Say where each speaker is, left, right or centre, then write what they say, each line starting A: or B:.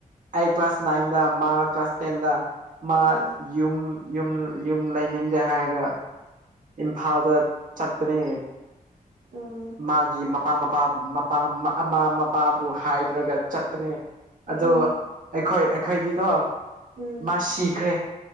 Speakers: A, on the right; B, on the right.
A: ꯑꯩ ꯀ꯭ꯂꯥꯁ ꯅꯥꯏꯟꯗ ꯃꯥ ꯀ꯭ꯂꯥꯁ ꯇꯦꯟ ꯗ ꯃꯥ
B: ꯎꯝ
A: ꯌꯨꯝ ꯌꯨꯝ ꯌꯨꯝ ꯂꯩꯅꯤꯡꯗꯦ ꯍꯥꯏꯔꯒ ꯏꯝꯐꯥꯜꯗ ꯆꯠꯄꯅꯦ
B: ꯑꯣ
A: ꯃꯥꯒꯤ ꯃꯄꯥ ꯃꯄꯥ ꯃꯄꯥ ꯃ ꯑꯃꯥ ꯃꯄꯥꯕꯨ ꯍꯥꯏꯗ꯭ꯔꯒ ꯆꯠꯄꯅꯦ ꯑꯗꯣ
B: ꯑꯣ
A: ꯑꯩꯈꯣꯏ ꯑꯩꯈꯣꯏꯗꯤꯀꯣ
B: ꯎꯝ
A: ꯃꯥ ꯁꯤꯈ꯭ꯔꯦ